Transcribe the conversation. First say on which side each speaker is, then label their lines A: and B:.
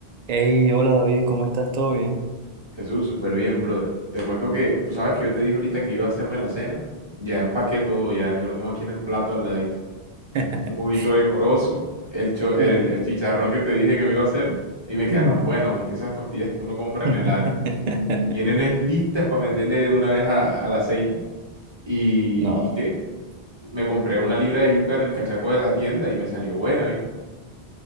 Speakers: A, on the right; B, on the right.
A: Hey, hola David, ¿cómo estás? ¿Todo bien?
B: Jesús, súper bien, brother. Te cuento que tú sabes que yo te dije ahorita que iba a hacerme la cena. Ya empaqué todo, ya, ya lo tengo aquí en el plato al ladito.
A: <laughs>
B: Un juguito de corozo, el, cho- el,
A: Uh,
B: el chicharrón que te dije que me iba a hacer y me quedaron
A: Mm.
B: buenos, ¿viste? Esas costillas que uno compra
A: <laughs>
B: en el Ara. Vienen es listas para meterle de una vez a- al aceite. ¿Y,
A: No,
B: y qué? Me compré una libra de yuca en el cachaco de la tienda y me salió buena, ¿viste?